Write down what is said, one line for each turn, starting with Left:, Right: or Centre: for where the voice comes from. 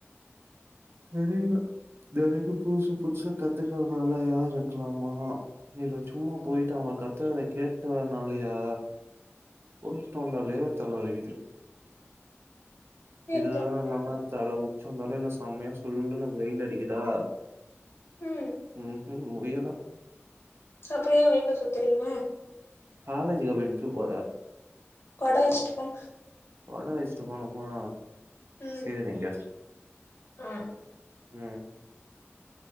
Right: தெரில தெனைக்கு புதுசு புதுசா கத்துக்கறதுனாலயா இருக்கலாமா இல்ல சும்மா போயிட்டு அவுங்க கத்தறத கேட்டு வரனாலயா போயிட்டு வந்தாலே தல வலிக்குது இது
Left: இருக்கு
Right: தா இல்லாம தல உச்சந் தலைய்ல செம்மையா சுல்லுனு வெயிலடிக்குதா
Left: ம்
Right: ம் ஹும் முடியல
Left: அப்ற ஏ வெய்ட்ல சுத்துறீங்க
Right: காலேஜிக்கு அப்ற எப்டி போக
Left: கொட வெச்சிட்டு போங்
Right: கொட வெச்சிட்டு போனுமா
Left: ம்
Right: சேரிங்க
Left: ம்
Right: ம்